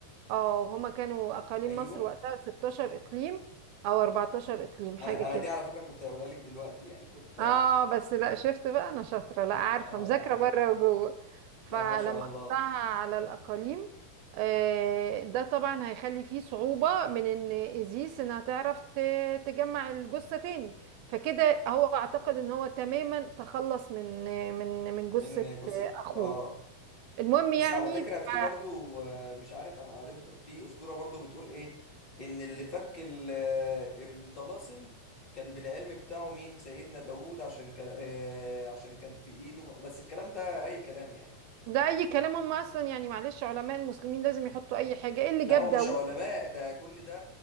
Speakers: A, on the right; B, on the left.
A: اه هما كانوا اقاليم
B: ايوه
A: مصر وقتها 16 اقليم او 14 اقليم حاجة
B: انا
A: كده
B: انا دي على فكره كنت هقولها لك دلوقتي يعني كنت
A: اه بس لا شفت بقى انا شاطره لا عارفه
B: اه
A: مذاكره
B: لا حلو
A: بره وجوه فلما
B: لا ما شاء الله
A: احطها على الاقاليم آه، ده طبعا هيخلي فيه صعوبة من ان ازيس انها تعرف ت- تجمع الجثة تاني فكده هو اعتقد ان هو تماما تخلص من من من جثة
B: من جثه
A: آه، اخوه
B: اه
A: المهم يعني
B: بس على فكرة
A: ف-
B: في برضو آه، مش عارف انا قريت ب- في أسطورة برضو بتقول ايه ان اللي فك ال- آه، الطلاسم كان بالعلم بتاعه مين سيدنا داوود عشان كان آه، عشان كان في ايده م- بس الكلام ده اي كلام يعني
A: ده اي كلام هم اصلا يعني معلش علماء المسلمين لازم يحطوا اي حاجة ايه اللي
B: لا
A: جاب
B: هو
A: داوود
B: مش علماء ده كل ده